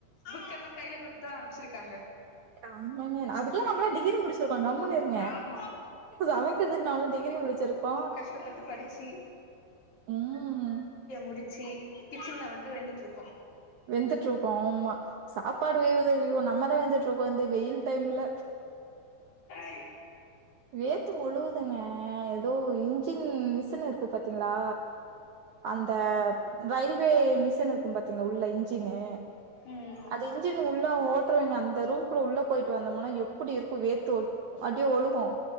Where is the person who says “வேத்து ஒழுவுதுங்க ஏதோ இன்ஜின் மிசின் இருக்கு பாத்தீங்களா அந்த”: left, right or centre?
Right